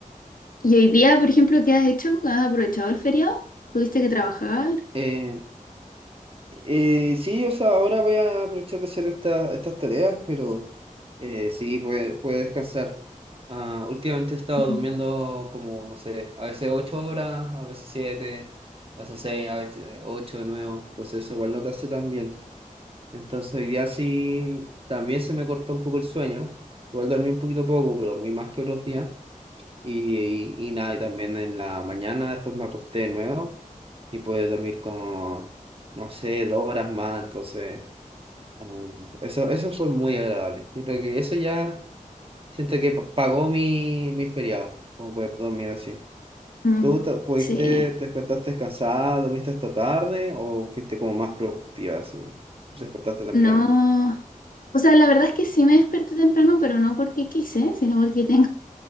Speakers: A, on the left; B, on the right.
A: y hoy día, por ejemplo, ¿qué has hecho? ¿Has aprovechado el feriado? ¿Tuviste que trabajar?
B: eh, eh, sí, o sea, ahora voy a aprovechar de hacer esta- estas tareas, pero eh, sí, puede, puede descansar. Ah, últimamente he estado
A: Ujú.
B: durmiendo como, no sé, a veces 8 horas, a veces siete a veces seis a veces 8 de nuevo. Entonces, eso igual no te hace tan bien. Entonces hoy día sí también se me cortó un poco el sueño. Igual dormí un poquito poco, pero dormí más que otros días. Y, y, y nada, y también en la mañana después me acosté de nuevo y pude dormir como, no sé, dos horas más. Entonces, ah, eso, eso fue muy agradable. Yo creo que eso ya siento que pa- pagó mi, mi feriado, como poder dormir así.
A: Mm,
B: ¿Tú te, pudiste,
A: Sí,
B: te despertaste cansada, dormiste hasta tarde o fuiste como más productiva así? ¿Despertaste temprano?
A: no. O sea, la verdad es que sí me desperté temprano, pero no porque quise, sino porque